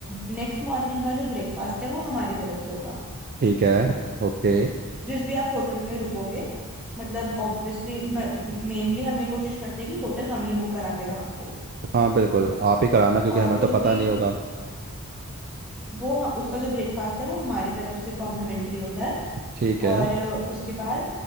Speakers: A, in the centre; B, on the right.
A: नेक्स्ट मॉर्निंग का जो ब्रेकफास्ट है वो हमारी तरफ से होगा
B: ठीक है ओके
A: जिस भी आप होटल में रुकोगे मतलब ऑब्वियसली मेनली हम ये कोशिश करते हैं कि होटल हम ही बुक करा के दें आपको
B: हाँ बिल्कुल आप ही कराना क्योंकि
A: और
B: हमें
A: जो
B: तो पता
A: भी
B: नहीं
A: होटल
B: होगा
A: होगा, वो ह- उसका जो ब्रेकफास्ट है वो हमारी तरफ से कॉम्प्लीमेंट्री होता है
B: ठीक है
A: और अ, उसके बाद